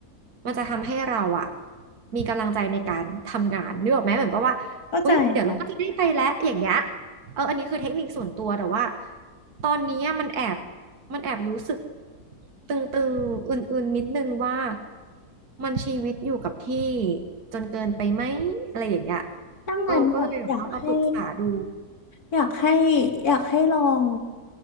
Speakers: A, on the right; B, on the left.
A: มันจะทำให้เราอ่ะมีกำลังใจในการทำงานนึกออกไหมเหมือนแับว่าอุ๊ยเดี๋ยวเราก็จะได้ไปแล้วอย่างเงี้ย
B: เข้าใจค่ะ
A: เอออันนี้คือเทคนิคส่วนตัวแต่ว่าตอนนี้มันแอบ มันแอบรู้สึกตึงๆอื่นๆ นิดนึงว่ามันชีวิตอยู่กับที่จนเกินไปไหมอะไรอย่างเงี้ย
B: ดังนั้นแบบอยากให้
A: โอ้ก็เลยแบบว่ามาปรึกษาดู
B: อยากให้อยากให้ลอง